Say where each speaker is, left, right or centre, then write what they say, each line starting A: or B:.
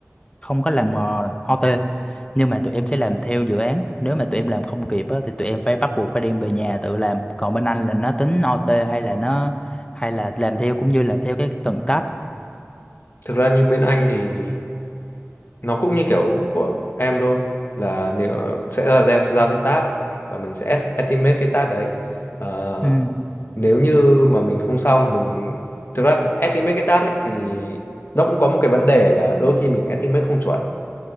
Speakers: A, on the left; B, on the left.
A: không có làm ờ, OT nhưng mà tụi em sẽ làm theo dự án nếu mà tụi em làm không kịp á thì tụi em phải bắt buộc phải đem về nhà tự làm còn bên anh là nó tính OT hay là nó hay là làm theo cũng như là theo cái tầng tách.
B: thực ra như bên anh thì nó cũng như kiểu của em thôi là nếu sẽ là giao giao theo task và mình sẽ est- estimate cái task đấy Ờ,
A: ừ
B: nếu như mà mình không xong mình thực ra estimate cái task ấy thì nó cũng có một cái vấn đề là đôi khi mình estimate không chuẩn